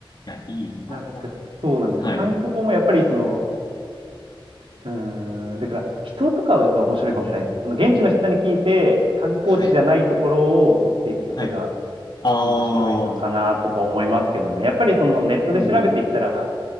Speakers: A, on the left; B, on the right.
A: いや、いいな。
B: なんか、そうなんですよ。
A: はい。
B: 観光もやっぱり、その、うーん、だから、人とかが面白いかもしれないです。その現地の人に聞いて、観光地じゃないところを掘っていくとかが、
A: はい。はい。ああ、
B: 面白いのかなとか思いますけどね。やっぱりそのネットで調べていったら、
A: うん。